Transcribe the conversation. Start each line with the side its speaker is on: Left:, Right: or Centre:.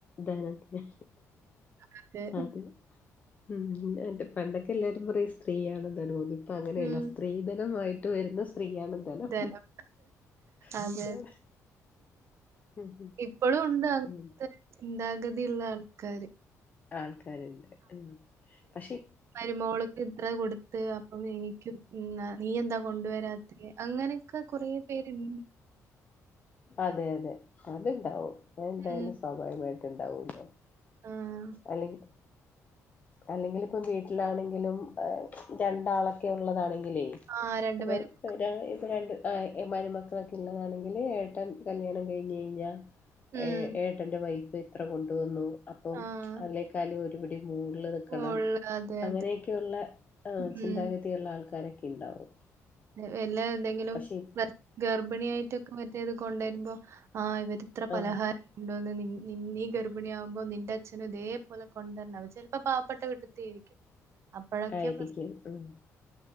Left: താനത്തെ
Right: അതെ
Left: അത. <unintelligible> ഉം എന്റെ പണ്ടൊക്കെ എല്ലാരും പറയും സ്ത്രീയാണ് ധനോന്ന് ഇപ്പൊ അങ്ങനെയല്ല
Right: ഉം
Left: സ്ത്രി- സ്ത്രീധനമായിട്ട് വരുന്ന സ്ത്രീയാണ്. ധനം
Right: ഇതേയല്ലോ അതെ.
Left: എന്താണ് ഉം
Right: ഇപ്പോഴും ഉണ്ട് അങ്ങനത്തെ
Left: ഉം.
Right: ചിന്താഗതിയുള്ള ആൾക്കാാര്.
Left: ആൾക്കാരുണ്ട് പക്ഷേ.
Right: മരുമോളക്കെ ഇത്ര കൊടുത്ത് അപ്പൊ എനക്ക് നീ എന്താ കൊണ്ടുവരാ. ത്രിയെ അങ്ങനൊക്കെ കൊറേ പേര്ൺ
Left: അതെ അതെ അത്ണ്ടാവും അതെന്തായാലും
Right: ഉം.
Left: സ്വാഭാവികമായിട്ട് ഉണ്ടാവൂല്ലോ.
Right: ആഹ്.
Left: അല്ലെങ്കി. അല്ലെങ്കിൽിപ്പം വീട്ടിലാണെങ്കിലും രണ്ടാളൊക്കെ ഉള്ളതാണെങ്കിലേ.
Right: ആ രണ്ടു
Left: ഇപ്പൊ
Right: പേരും.
Left: ഇപ്പൊ രണ്ട് മരുമക്കളൊക്കെ ഉള്ളതാണെങ്കില് ഏട്ടാൻ കല്യാണം കഴിഞ്ഞഞ് കഴിഞ്ഞ്ഞ്ഞാ.
Right: ഉം.
Left: ഏ ഏട്ടന്റെ വൈഫ് ഇത്ര കൊണ്ടുവന്നു അപ്പം
Right: ആഹ്.
Left: അല്ലേക്കാളും ഒരുപിടി. മൂുകളില് നിൽക്കണം
Right: മോള് അതെ,
Left: അങ്ങനെയൊക്കെയള്ള
Right: അതെ. ഉം.
Left: ചിന്താഗതിയ ഉുള്ള ആൾക്കാരൊക്കെ ഉണ്ടാവും.
Right: വല്ലാ എന്തെങ്കിലും
Left: പക്ഷെ
Right: ഗർഭിണിയായിട്ടൊക്കെ മറ്റേത് കൊണ്ടുവരുമ്പോ ആ ഇവർ. ഇത്ര
Left: ആ
Right: പലഹാരം. ഉണ്ടോന്ന് നിന്നീ ഗർഭിണിയ ആകുമ്പോൾ നിന്റെ അച്നും ഇതേപോലെ കൊണ്ടുവരന്ന ചിലപ്പോ പാവപ്പെട്ട വീട്ടിത്തെ. അപ്പോഴൊക്കെ
Left: ആയിരിക്കും
Right: പ്രശ്നം.
Left: ഉം